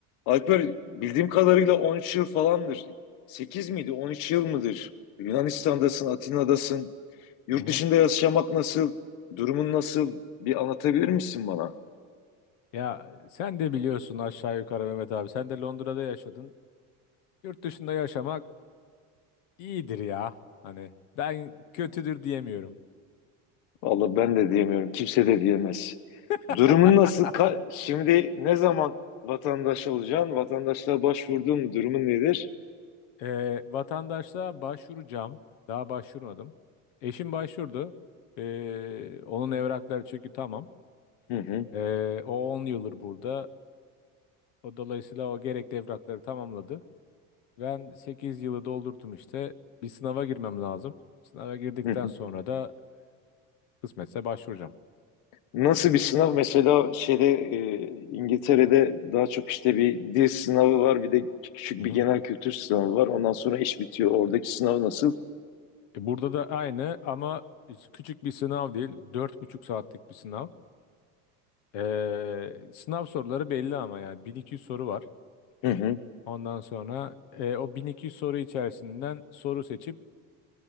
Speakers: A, on the left; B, on the left.
A: Alper bildiğim kadarıyla 13 yıl falandır. 8 miydi? 13 yıl mıdır? Yunanistan'dasın, Atina'dasın. Yurt
B: Hı hı.
A: dışında yaşamak nasıl? Durumun nasıl? Bir anlatabilir misin bana?
B: Ya sen de biliyorsun aşağı yukarı Mehmet abi. Sen de Londra'da yaşadın. Yurt dışında yaşamak iyidir ya. Hani ben kötüdür diyemiyorum.
A: Vallahi ben de diyemiyorum. Kimse de diyemez.
B: <laughs>
A: Durumun nasıl? Ka- Şimdi ne zaman vatandaş olacaksın? Vatandaşlığa başvurdun mu? Durumun nedir?
B: Ee, vatandaşlığa başvuracağım. Daha başvurmadım. Eşim başvurdu. Ee, onun evrakları çünkü tamam.
A: Hı hı.
B: Ee, o 10 yıldır burada. O dolayısıyla o gerekli evrakları tamamladı. Ben 8 yılı doldurdum işte. Bir sınava girmem lazım. Sınava girdikten
A: Hı hı.
B: sonra da kısmetse başvuracağım.
A: Nasıl bir sınav? Mesela şeyde e, İngiltere'de daha çok işte bir dil sınavı var, bir de küçük
B: Hı
A: bir
B: hı.
A: genel kültür sınavı var. Ondan sonra iş bitiyor. Oradaki sınav nasıl?
B: E, Burada da aynı ama küçük bir sınav değil. dört buçuk saatlik bir sınav. Ee, sınav soruları belli ama yani 1200 soru var.
A: Hı hı.
B: Ondan sonra e, o 1200 soru içerisinden soru seçip